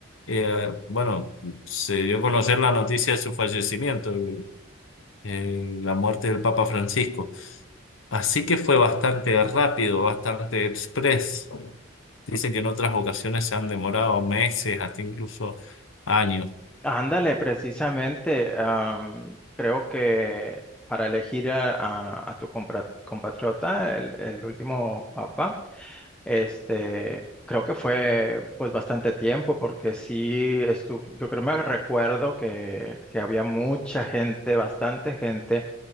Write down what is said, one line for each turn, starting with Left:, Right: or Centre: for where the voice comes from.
Left: Eh, bueno, se dio a conocer la noticia de su fallecimiento, el- el- la muerte del Papa Francisco. Así que fue bastante rápido, bastante express. Dicen que en otras ocasiones se han demorado meses, hasta incluso años.
Centre: Ándale, precisamente, am, creo que para elegir a, a- a tu compra- compatriota, el, el último papa, este, creo que fue pues bastante tiempo, porque sí estuvo, yo creo me recuerdo que, que había mucha gente, bastante gente,